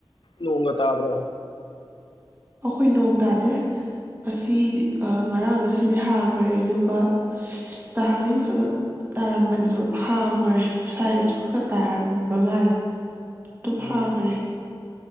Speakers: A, on the left; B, on the right.
A: ꯅꯣꯡꯒ ꯇꯥꯗ꯭ꯔꯣ
B: ꯑꯈꯣꯏ ꯅꯣꯡ ꯇꯥꯗꯦ ꯉꯁꯤꯗꯤ ꯉꯔꯥꯡ ꯉꯁꯤꯗꯤ ꯍꯥꯡꯈ꯭ꯔꯦ ꯑꯗꯨꯒ ꯇꯍꯥꯡꯉꯩꯗꯤ ꯈ ꯈ ꯇꯥꯔꯝꯕꯅꯤꯗꯣ ꯍꯥꯡꯈ꯭ꯔꯦ ꯉꯁꯥꯏ ꯑꯌꯨꯛꯁꯨ ꯈ ꯈ ꯇꯥꯔꯝꯕ ꯃꯥꯜꯂꯦ ꯗꯨꯝ
A: ꯎꯝ
B: ꯍꯥꯡꯒ꯭ꯔꯦ